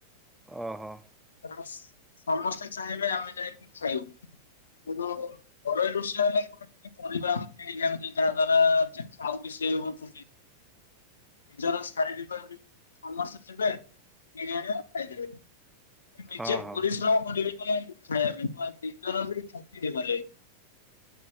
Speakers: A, in the centre; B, on the left.
A: ଓହୋ।
B: କାରଣ ସମସ୍ତେ ଚାହିଁଲେ ଆମେ ଯାଇକି ଖାଇବୁ କିନ୍ତୁ। ଘରୋଇ ରୋଷେଇ ହେଲେ କଣ କି ପରିବା ଆମେ କିଣ ଆଣୁ ଛେ ଯାହା ଦ୍ଵାରା ଯିଏ ଖାଉଟି କି ସିଏ ବି ବଞ୍ଚୁଛି। ନିଜର ଶାରୀରିକ ଯଦି ସମସ୍ତେ ଥିବେ କିଣି ଆଣିବେ ଖାଇଦେବେ। କିନ୍ତୁ ନିଜେ
A: ହଁ ହଁ
B: ପରିଶ୍ରମ କରିବେ କଁ ପାଇଁ ଖାଇବା ପାଇଁ ନିଜର ବି ଠକି ଦେଇପାରିବେ।